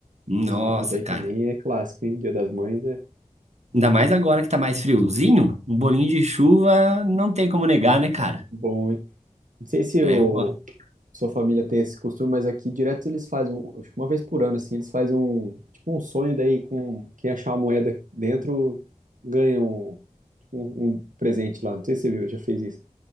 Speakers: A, on the right; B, on the right.
A: Nossa,
B: As paradas aí
A: cara.
B: também é clássico, hein? Dia das Mães é
A: Ainda mais agora que tá mais friozinho, um bolinho de chuva não tem como negar, né, cara?
B: bom, hein? Não sei se
A: É,
B: o
A: eu... gosto.
B: sua família tem esse costume, mas aqui direto eles fazem, um- acho que uma vez por ano, assim, eles fazem um, tipo um sonho daí com quem achar a moeda dentro ganha um, tipo, um, um presente lá. Não sei se você viu, já fez isso.